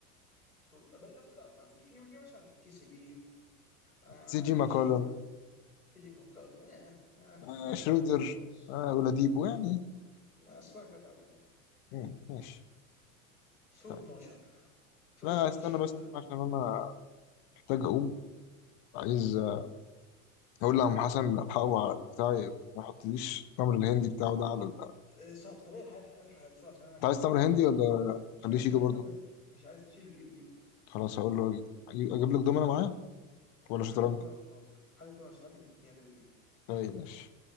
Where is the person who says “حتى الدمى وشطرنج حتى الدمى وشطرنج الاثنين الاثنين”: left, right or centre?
Left